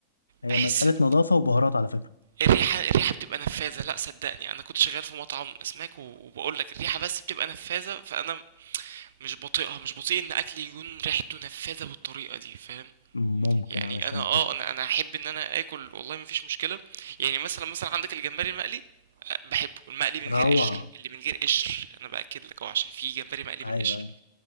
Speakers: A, on the left; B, on the right.
A: هي
B: بحس
A: مسألة نظافة وبهارات على فكرة
B: الريحة الريحة بتبقى نفاذة لا صدقني أنا كنت شغال في مطعم أسماك و- وبقول لك الريحة بس بتبقى نفاذة فأنا مش بطيئها مش بطيء ان اكل يكون ريحته نفاذة بالطريقة دي فاهم
A: ممكن
B: يعني
A: علشان
B: انا اه
A: كده
B: انا انا احب ان انا اكل والله مفيش مشكله يعني مثلا مثلا عندك الجمبري المقلي أه، بحبه المقلي من
A: روعة
B: غير قشر اللي من غير قشر انا باكد لك اهو عشان في جمبري مقلي
A: ايوه
B: بالقشر
A: ايوه